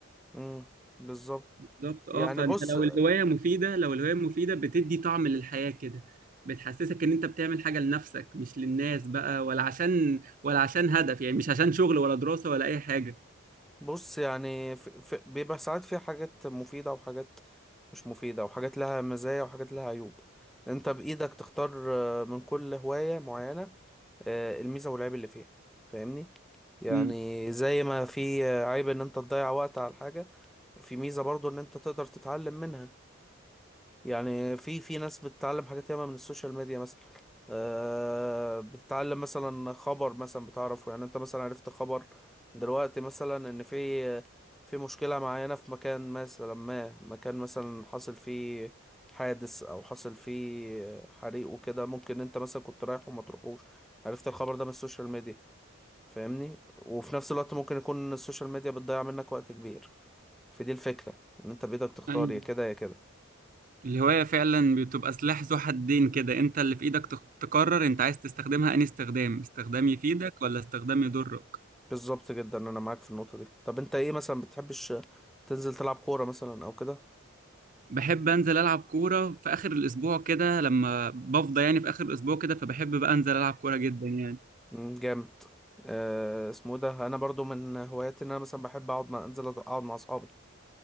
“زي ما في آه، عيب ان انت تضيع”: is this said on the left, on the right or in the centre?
Centre